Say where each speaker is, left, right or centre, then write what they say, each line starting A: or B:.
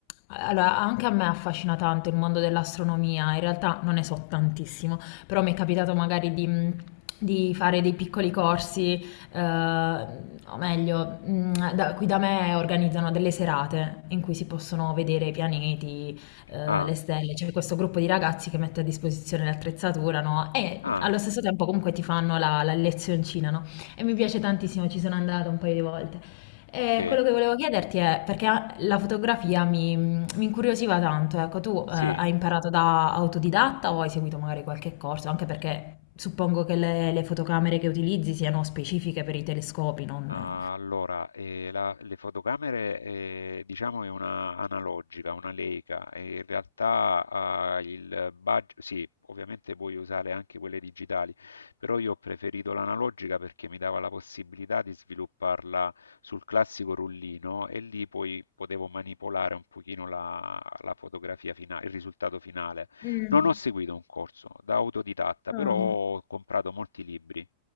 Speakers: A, on the left; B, on the left.
A: allora, anche a me affascina tanto il mondo dell'astronomia, in realtà non ne so tantissimo, però mi è capitato magari di, mh, di fare dei piccoli corsi, eh, o meglio, mh, da- qui da me organizzano delle serate in cui si possono vedere i pianeti, eh,
B: Ah,
A: le stelle, c'è questo gruppo di ragazzi che mette a disposizione l'attrezzatura, no? E
B: ah,
A: allo stesso tempo comunque ti fanno la, la lezioncina, no? E mi
B: s-
A: piace tantissimo, ci sono andata un paio di volte. E
B: ok,
A: quello che volevo chiederti è, perché la fotografia mi, mi incuriosiva tanto, ecco, tu
B: sì.
A: eh, hai imparato da autodidatta o hai seguito magari qualche corso? Anche perché suppongo che le, le fotocamere che utilizzi siano specifiche per i telescopi, non...
B: Ah, Allora, eh, la- le fotocamere, eh, diciamo, è una analogica, una Leica, e in realtà ah, il budget, sì, ovviamente puoi usare anche quelle digitali, però io ho preferito l'analogica perché mi dava la possibilità di svilupparla sul classico rullino e lì poi potevo manipolare un pochino la, la fotografia finale, il risultato finale.
A: Mm.
B: Non ho seguito un corso da autodidatta,
A: Ah.
B: però ho comprato molti libri